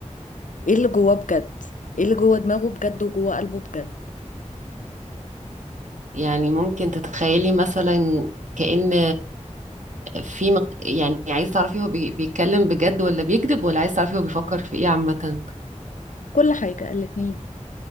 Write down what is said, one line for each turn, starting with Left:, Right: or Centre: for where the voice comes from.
Left: ايه اللي جواه بجد ايه اللي جوه دماغه بجد وجوه قلبه بجد
Right: يعني ممكن تتخيلي مثلا كأن في مق... يعني عايز تعرفي هو بي... بيتكلم بجد ولا بيكذب ولا عايز تعرفي هو بيفكر في ايه عامة
Left: كل حاجة الاتنين